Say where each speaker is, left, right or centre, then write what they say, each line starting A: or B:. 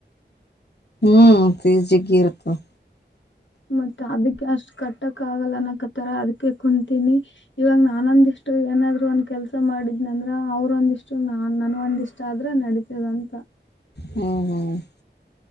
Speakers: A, on the left; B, on the left.
A: ಹ್ಮ್, ಪೀಜ ಜಗ್ಗಿ ಇರತದ
B: ಮತ್ತ ಅದಕ್ಕೆ ಅಷ್ಟು ಕಟ್ಟಕ್ ಆಗಲ್ಲ ಅನಕತ್ತಾರ ಅದಕ್ಕೆ ಕುಂತೀನಿ. ಇವಾಗ ನಾನೊಂದಿಷ್ಟು ಏನಾದ್ರು ಒಂದ ಕೆಲ್ಸ ಮಾಡಿದ್ನ ಅಂದ್ರ ಅವ್ರ ಒಂದಿಷ್ಟ ನ ನನ್ ಒಂದಿಷ್ಟ ಆದ್ರ ನಡಿತದ. ಇಂತ <inaudible>
A: ಹಓ ಹೋ <unintelligible>